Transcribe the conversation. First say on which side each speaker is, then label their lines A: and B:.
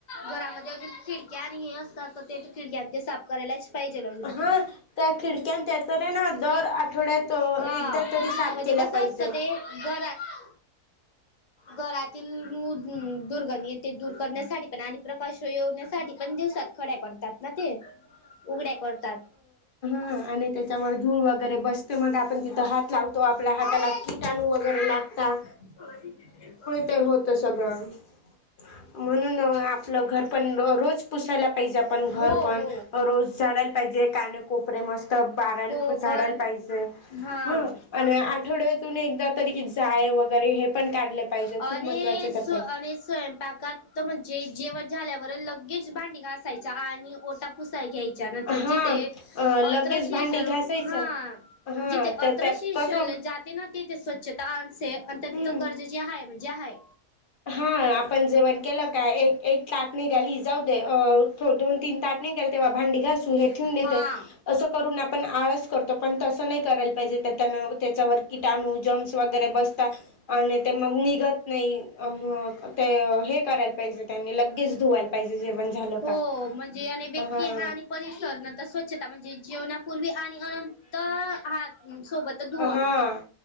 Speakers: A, on the left; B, on the left.
A: घरामध्ये अजून खिडकी आणि हे असतात तर ते खिडक्या ते साफ करायलाच. पाहिजे लज आपले
B: हा त्या खिडक्यान त्या तर आहे ना दर आठवड्यात
A: हा
B: एकदा तरी साफ
A: म्हजे.
B: केल्या
A: कसं
B: पाहिजे
A: असत ते घरात. घरातील दुर्गणी ते दूर करण्यासाठी पण आणि. प्रकाश येवण्यासाठी पण दिवसात खड्या करतात ना ते उघड्या करतात.
B: ह आणि त्याच्यावर धूळ वगैरे बसते मग आपण तिथं हात लावतो आपल्या हाताला किटाणू वगैरे लागतो. आता.
A: होय. <inaudible>
B: ते होत सगळं म्हणून. घर पण रोज पुसायला पाहिजे आपण घर
A: हो
B: पण
A: हो
B: रोज झाडाय. जे का कोपरे मस्त बारा झाडायला
A: हो घर
B: पाहिजे
A: हा
B: ह आणि आठवड. एकदा तरी जाळे वगैरे हे पण काढले पाहिजे
A: आणि
B: खूप महत्त्वाचे
A: स्व
B: त्या पण.
A: आणि स्वयंपाकात म्हणजे जेवण झाल्यावर लगेच भांडी घासायच्या आणि ओटा पुसाय घ्यायचा. नंतर
B: हा
A: जिथे
B: लगेच
A: अत्रशी
B: भांडी
A: सर्व
B: घासायचं
A: हा.
B: हा
A: जिथे अंतरशिष
B: तर त्या कसं
A: जाते ना तिथे स्वच्छता अत्यंत
B: हम्म
A: गरजेचे आहे म्हणजे आहे.
B: हा आपण जेवण केलं काय एक लाट निघाली जाऊ देथ. तीन ताटने गेल तेव्हा भांडी घासू हे ठेवून देत
A: हा.
B: असं करून आपण आळस करतो पण तसं नाही कर. पाहिजे त्या. त्याच्यावर किटाणू जम्स वगैरे बसतात आणि ते मग निघत नाही. अ ते हे करायला पाहिजे त्यांनी लगेच धुवायला पाहिजे जेवण झालं
A: हो
B: का.
A: म्हणजे व्यक्ती
B: हा
A: आणि परिसर नंतर स्वच्छता म्हणजे जीवनापूर्वी आणि अनंत हात. सोबतच धु.
B: हा